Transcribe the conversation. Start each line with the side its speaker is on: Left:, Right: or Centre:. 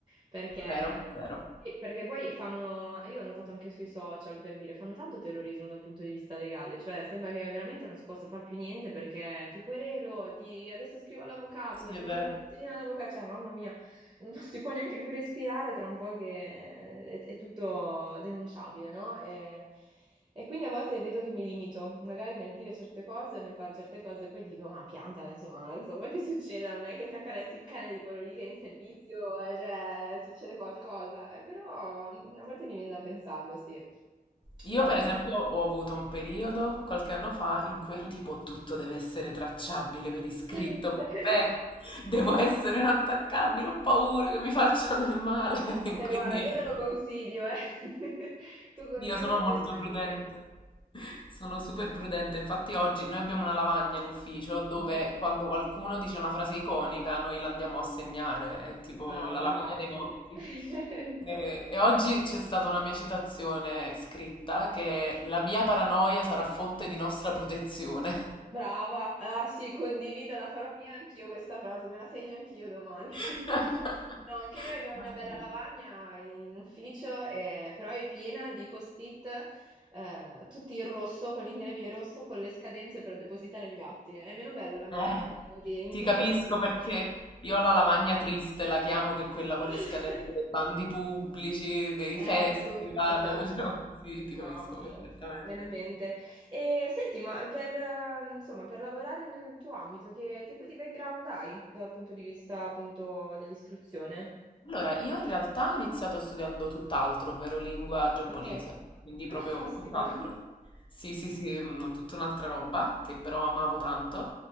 Right: perché...
Left: Vero, vero.
Right: Sì, perché poi fanno, io ho notato anche sui social per dire, fanno tanto terrorismo dal punto di vista legale, cioè sembra che veramente non si possa far più niente perché ti querelo, ti, adesso scrivo all'avvocato,
Left: Sì,
Right: ti
Left: è
Right: mando
Left: vero.
Right: la letterina all'avvocato, cioè mamma mia, <laughs> non si può neanche più respirare tra un po' che è, è tutto denunciabile, no? E- e quindi a volte vedo che mi limito, magari nel dire certe cose o nel fare certe cose, e poi dico, ma piantala, insomma, cosa vuoi che succeda? Non è che se accarezzi il cane di quello lì che è in servizio, eh, cioè, succede qualcosa. Eh, però mm, a volte mi viene da pensarlo, sì.
Left: Io
Right: Però
Left: per
Right: no.
Left: esempio ho avuto un periodo qualche anno fa in cui ero tipo tutto deve essere tracciabile per iscritto,
Right: Mhm.
Left: perfetto,
Right: <laughs>
Left: devo essere inattaccabile, ho paura che mi facciano del male, <laughs>
Right: Beh,
Left: quindi
Right: guarda, io
Left: ero-
Right: te lo consiglio, eh. <laughs> Tu continua
Left: io sono
Right: su
Left: molto
Right: questa
Left: prudente,
Right: linea.
Left: sono super prudente, infatti oggi noi abbiamo una lavagna in ufficio dove
Right: Mhm.
Left: quando qualcuno dice una frase iconica noi la andiamo a segnare, è tipo
Right: Ah,
Left: la
Right: bravi.
Left: lavagna dei morti.
Right: <laughs>
Left: E, e oggi c'è stata una mia citazione scritta che la mia paranoia sarà fonte di nostra protezione.
Right: Brava, ah sì, condivido, la farò mia anch'io questa frase, me la segno anch'io domani.
Left: <laughs>
Right: <laughs> No, anche noi abbiamo
Left: Ma
Right: una bella
Left: sì.
Right: lavagna in ufficio, eh, però è piena di post-it, eh, tutti in rosso, con l'indelebile rosso, con le scadenze per depositare gli atti. È meno bella la mia
Left: Eh,
Right: lavagna, devo dire, invidio
Left: ti capisco
Right: la tua.
Left: perché io ho la lavagna triste, la chiamo che è quella con
Right: <laughs>
Left: le scadenze dei bandi pubblici, dei
Right: Ecco,
Left: festival,
Right: esatto.
Left: <laughs> delle robe. Sì, ti
Right: Mamma
Left: capisco
Right: mia,
Left: perfettamente.
Right: veramente. E senti, ma per, eh, insomma, per lavorare nel tuo ambito, che tipo di background hai dal punto di vista appunto dell'istruzione?
Left: Allora, io in realtà ho iniziato studiando tutt'altro, ovvero lingua giapponese,
Right: Ok.
Left: quindi
Right: Ah,
Left: proprio
Right: caspita.
Left: tutt'altro. Sì, sì, sì, mm, tutta un'altra roba che però amavo tanto.